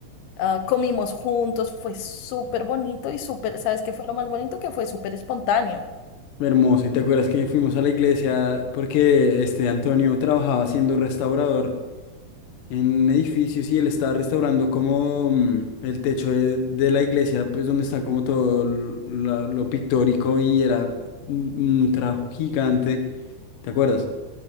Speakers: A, on the left (about 80°); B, on the left (about 60°).
A: ah, comimos juntos, fue súper bonito y súper, ¿sabes qué fue lo más bonito? Que fue súper espontáneo.
B: Hermoso, ¿y te acuerdas que fuimos a la iglesia porque este Antonio trabajaba siendo restaurador en edificios y él estaba restaurando como mm, el techo de, de la iglesia, pues donde está como todo l- la- lo pictórico y era un, un trabajo gigante, ¿te acuerdas?